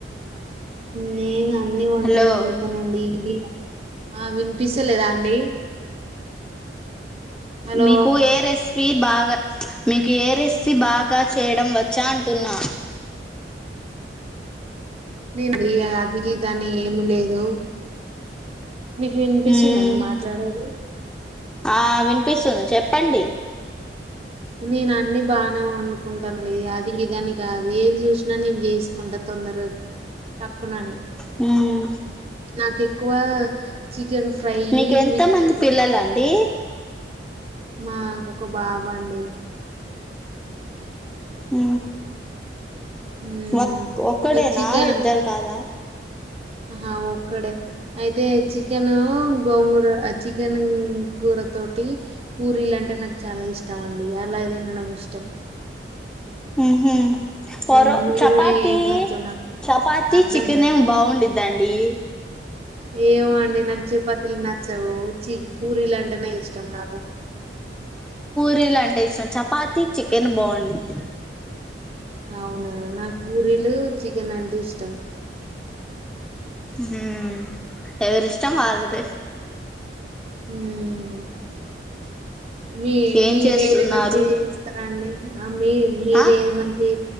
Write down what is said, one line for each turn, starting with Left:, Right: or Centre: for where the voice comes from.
Right: నేనా అన్ని వంటలు
Centre: హలో
Right: వండుతనండి ఇది ఆ వినిపిస్తలేదా అండి హలో
Centre: మీకు ఏ రెసిపీ బాగా ప్చ్ మీకు ఏరేస్సీ బాగా చేయడం వచ్చా అంటున్నా
Right: తిన్డి అది దాని ఏమి లేదు మీకు వినిపిస్తుందా
Centre: మ్మ్
Right: నేన్ మాట్లాడేది
Centre: ఆ వినిపిస్తుంది చెప్పండి
Right: నేను అన్ని బానే వండుకుంటానండి అది ఇదన్ని కాదు ఏది చూసినా నేను చేసుకుంటా తొందరగా ఠక్కునని
Centre: హుమ్మ్
Right: నాకు ఎక్కువ చికెన్ ఫ్రై
Centre: మీకు ఎంత
Right: విత్
Centre: మంది పిల్లలండి
Right: మాకొక బాబండి
Centre: హు
Right: ఉమ్
Centre: ఓక్ ఒక్కడేనా
Right: చికెన్
Centre: ఇద్దరు కాదా
Right: ఆహా ఒక్కడే అయితే చికెన్ గోంగూర చికెన్ కూర తోటి పూరీలు అంటే నాకు చాలా ఇష్టం అండి అలా తినడం ఇష్టం
Centre: మ్మ్ హు పరో
Right: ఉమ్, మిగిలిన
Centre: చపాతి
Right: ఏవి నచ్చవు నాకు
Centre: చపాతి
Right: అర్థంగా
Centre: చికెన్ బాగుండిద్ దండి
Right: ఏవో అండి నాకు చెపాతిల్ నచ్చవు చిక్ పూరిలంటేనే ఇష్టం నాకు
Centre: పలు అంటే ఇష్టం చపాతి చికెన్ బాగుండిద్ది
Right: అవునా నాకు పూరీలు చికెన్ అంటే ఇష్టం
Centre: హ్మ్ ఎవరిష్టం వాళ్ళదే
Right: హ్మ్ మీ
Centre: ఏం
Right: మీరు
Centre: చేస్తున్నారు
Right: ఏమి మంచిగా చేస్తారండి ఆ మీ మీర
Centre: ఆ
Right: ఏది మంచి